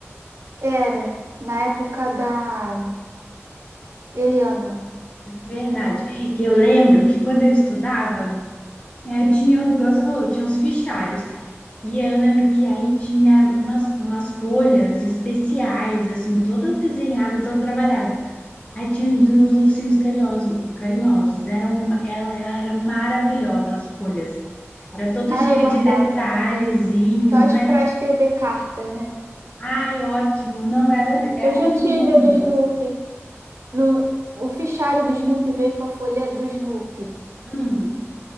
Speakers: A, on the right (about 75°); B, on the left (about 25°).
A: Era, na época da Eliana.
B: Verdade. E eu lembro que quando eu estudava, é, tinha, igual você falou, tinha uns fichários. E eu lembro que aí tinha umas, umas folhas especiais, assim, toda desenhada, toda trabalhada. Aí tinha os ursinhos carinhosos, carinhosos. Eram, ela ela era maravilhosa, as folhas. Era todo
A: Ah,
B: cheio
A: eu guardava,
B: de detalhezinho,
A: só es-
B: né?
A: pra escrever carta, né?
B: Ai, ótimo. Não, era, eram
A: Eu já tive
B: lindas.
A: a do Snoopy. No, o fichário do Snoopy veio com a folha do Snoopy.
B: Hum,